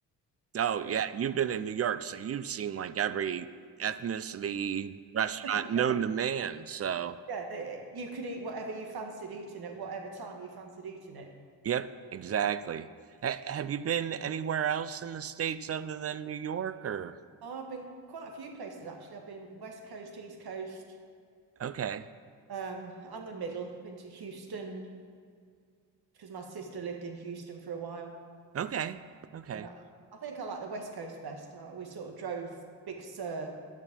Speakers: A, on the right; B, on the right.
A: Oh, yeah.
B: But
A: You've been in New York. So you've seen like every ethnicity restaurant
B: <laughs>
A: known to man. So,
B: yeah, they, you could eat whatever you fancied eating at whatever time you fancied eating it.
A: yep, exactly. Ha- have you been anywhere else in the States other than New York or?
B: Oh, I've been quite a few places actually. I've been West Coast, East Coast,
A: Okay.
B: um, and the middle. Been to Houston because my sister lived in Houston for a while,
A: Okay. Okay.
B: and I, I think I like the West Coast best. I, we sort of drove Big Sur.